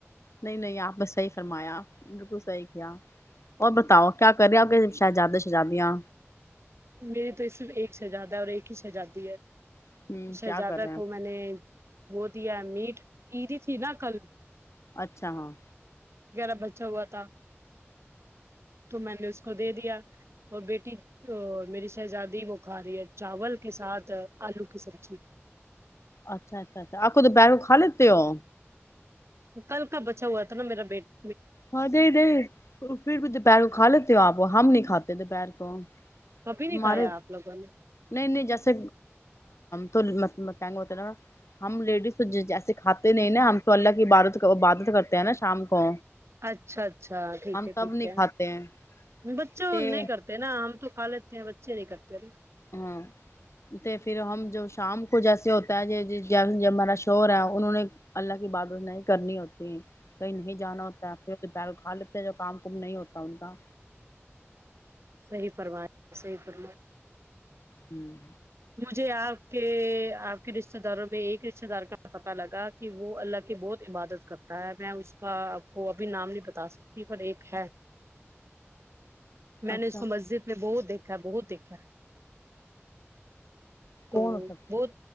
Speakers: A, on the left; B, on the right.
A: نہیں نہیں آپ نے صحیح فرمایا بالکل صحیح کیا اور بتاؤ کیا کر رہے آپ کے شاہزادے شزادیاں
B: میری تو یہ صرف ایک شہزادہ ہے اور ایک ہی شہزادی ہے
A: ہوں
B: اسے
A: کیا
B: ج
A: کر
B: تک
A: رہے ہیں
B: ہو میں نے وہ میٹ اییدی تھی نا کل
A: اچھا ہاں
B: ا بچا ہوا تھا تو میں نے اس کو دے دیا اور بیٹی تو میری شہزادی وہ کھا رہی ہے چاول کے ساتھ آلو کی سبزی
A: اچھا اچھا اچھا آپ کو تو بیروں کھا لیتے ہو
B: کل کا بچا ہوا تھا نا میرا بیٹا
A: ہاں د د پھر بھی دوپہر کو کھا لیتے ہو آپ ہم نہیں کھاتے دوپہر کو تو
B: ہے، کبھی نہیں
A: <unintelligible> ہمارے
B: کھایا آپ لوگوں نے
A: نہیں نہیں جیسے تو ناا ہم لیڈیز تو جیسے کھاتے نہیں نا ہم تو اللہ کی عبادت عبادت کرتے ہیں نا شام کو
B: اچھا اچھا ٹھیک
A: ہم
B: ہے
A: تب
B: ٹھیک
A: نہیں
B: ہے
A: کھاتے ہیں
B: بچوں
A: تے
B: نہیں کرتے نا ہم تو کھا لیتے ہیں بچ چر کرتے رہ
A: ہاں تو پھر ہم جو شام کو جیسے ہوتا ہے جب ہمیرا شر ہے انہوں نے اللہ کی عبادت نہیں کرنی ہوتی ہیں کہیں نہیں جانا ہوتا ہے پھرپیر کھال جو کام کم نہیں ہوتا ان کا
B: صحیح پرواہ صحیح پر
A: ہوں
B: مجھے آپ کے آپ کے رشتے داروں میں ایک رشتے دار کا پت لگا کہ وہ اللہ کی بہت عبادت کرتا ہے میں اس کا آپ کو ابھی نام نہیں بتا سکتی پر ایک ہے میں
A: اچھا
B: نے اس کو مسجد میں بہت دیکھا سھا بہت دچھا تو
A: کون ہو سکتا
B: بت